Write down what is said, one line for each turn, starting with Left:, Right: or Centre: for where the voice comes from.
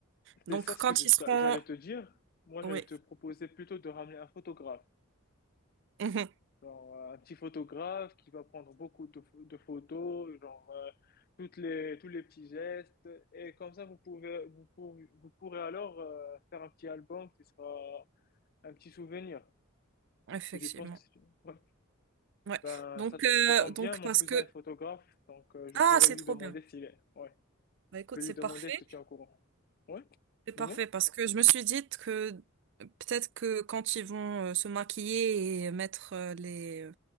Right: Donc,
Left: C'est ça ce
Right: quand
Left: que je
Right: ils seront...
Left: j'allais te dire. Moi, j'allais
Right: Oui,
Left: te proposer plutôt de ramener un photographe.
Right: mhm,
Left: Genre, euh, un petit photographe qui va prendre beaucoup de, pho- de photos, genre, euh, toutes les, tous les petits gestes. Et comme ça, vous pouvez, vous pourrez, vous pourrez alors, euh, faire un petit album qui sera un petit souvenir.
Right: <laughs> effectivement.
Left: Parce que je pense que c'est une... ouais.
Right: Ouais.
Left: Euh,
Right: Donc,
Left: Ça, to-
Right: euh,
Left: ça tombe
Right: donc,
Left: bien, mon
Right: parce
Left: cousin
Right: que...
Left: est photographe, donc euh, je
Right: Ah,
Left: pourrais
Right: c'est
Left: lui
Right: trop
Left: demander
Right: bien.
Left: s'il est. Ouais.
Right: Bah, écoute,
Left: Je vais
Right: c'est
Left: lui demander,
Right: parfait.
Left: je te tiens au courant. Ouais,
Right: C'est parfait
Left: dis-moi.
Right: parce que je me suis dit que peut-être que quand ils vont euh, se maquiller et mettre euh, les,